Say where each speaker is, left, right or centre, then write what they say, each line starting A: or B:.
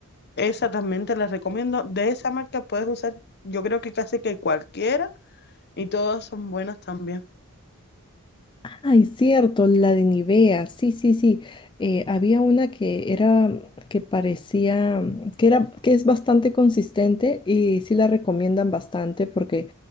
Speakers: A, on the left (about 50°); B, on the left (about 20°).
A: Esa también te la recomiendo. De esa marca puedes usar, yo creo que casi que cualquiera y todas son buenas también.
B: Ay, cierto, la de Nivea, sí, sí, sí. Eh, había una que era, que parecía, mm, que era, que es bastante consistente y sí la recomiendan bastante porque